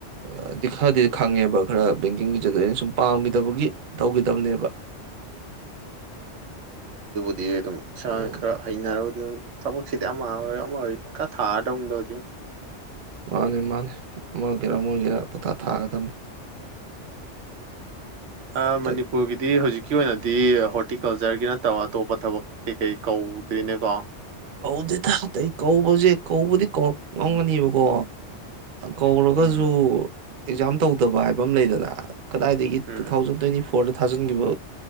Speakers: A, on the right; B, on the right.
A: ꯍꯥꯏꯗꯤ ꯈꯔꯗꯤ ꯈꯪꯉꯦꯕ ꯈꯔ ꯕꯦꯡꯀꯤꯡꯒꯤ ꯆꯠ ꯑꯗꯨ ꯑꯩꯅ ꯁꯨꯝ ꯄꯥꯝꯈꯤꯗꯕꯒꯤ ꯇꯧꯈꯤꯗꯕꯅꯦꯕ
B: ꯗꯤ ꯑꯗꯨꯝ ꯏꯁꯥꯅ
A: ꯎꯝ
B: ꯈꯔ ꯍꯩꯅꯔꯔꯕꯗꯤ ꯑꯗꯨꯝ ꯊꯕꯛꯁꯤꯗꯤ ꯑꯃ ꯑꯣꯏ ꯑꯃ ꯑꯣꯏ ꯄꯨꯡꯈꯥ ꯊꯥꯔꯗꯧꯗ
A: ꯃꯥꯅꯤ ꯃꯥꯅꯤ ꯑꯃꯒꯦꯔꯥ ꯑꯃ ꯑꯣꯏꯒꯦꯔ ꯄꯣꯊ ꯊꯥꯒꯗꯥ
B: ꯎꯝ
A: ꯑꯇꯩ
B: ꯃꯅꯤꯄꯨꯔꯒꯤꯗꯤ ꯍꯧꯖꯤꯛ ꯀꯤ ꯑꯣꯏꯅꯗꯤ ꯍꯣꯔꯇꯤꯀꯜꯆꯔꯒꯤ ꯅꯠꯇꯕ ꯑꯇꯣꯞꯄ ꯊꯕꯛ ꯀꯩꯀꯩ ꯀꯧꯗꯣꯏꯅꯦꯀꯣ
A: ꯀꯧꯗꯦ ꯊꯦ ꯀꯧꯕꯁꯦ ꯀꯧꯕꯗꯤ ꯀꯧꯔꯛ ꯉꯝꯒꯅꯤꯕꯀꯣ ꯀꯧꯔꯒꯁꯨ
B: ꯎꯝ
A: ꯑꯦꯛꯖꯥꯝ ꯇꯧꯗꯕ ꯍꯥꯏꯕ ꯑꯃ ꯂꯩꯗꯅ ꯀꯗꯥꯏꯗꯒꯤ
B: um
A: two thousand twenty four ꯐꯣꯔꯗ ꯊꯥꯖꯤꯟꯈꯤꯕ